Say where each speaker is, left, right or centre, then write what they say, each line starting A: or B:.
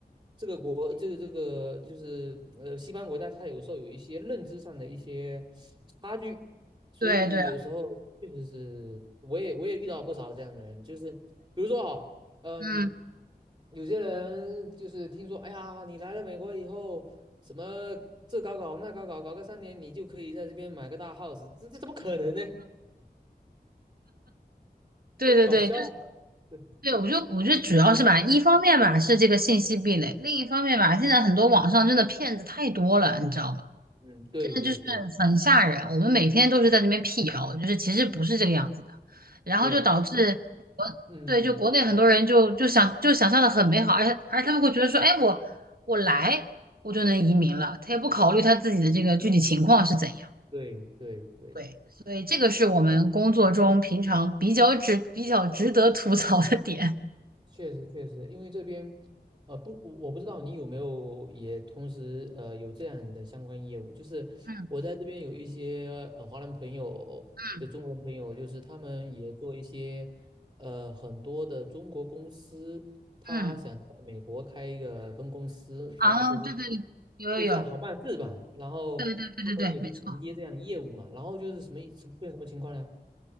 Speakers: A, on the right; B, on the right.
A: 这个国这个这个就是呃西方国家，它有时候有一些认知上的一些差距，所以有时候确实是我也我也遇到不少这样的人，
B: 对对对，
A: 就是比如说哈。嗯，
B: 嗯，
A: 有些人就是听说，哎呀，你来了美国以后，什么这搞搞那搞搞，搞个三年，你就可以在这边买个大 house，这这怎么可能呢？这
B: 对对对。
A: 不是搞笑吗？对，
B: 对，我就我觉得主要是吧，一方面吧是这个信息壁垒，另一方面吧，现在很多网上真的骗子太多了，你知道吗？
A: 嗯，对对对
B: 真的就是很吓人。我们每天都是在那边辟谣，就是其实不是这个样子的，然后就导致国，
A: 对，嗯嗯，
B: 对，就国内很多人就就想就想象的很美好，而且而且他们会觉得说，哎，我我来我就能移民了，他也不考虑他自己的这个具体情况是怎样。
A: 对对对，
B: 对，所以这个是我们工作中平常比较值比较值得吐槽的点。
A: 确实确实，因为这边，呃，不，我我不知道你有没有也同时呃有这样的相关业务，就是我在这边有一些呃华人朋友，
B: <laughs> 嗯嗯。
A: 就中国人朋友，就是他们也做一些呃很多的中国公司，他想在美国开一个分公司，
B: 嗯，啊，
A: 啊，就是。
B: 对对对，有有有，
A: 对，这样好办事嘛。然后他们也就承接这样的业务嘛。
B: 对对对，没错。
A: 然后就是什么什么出现什么情况呢？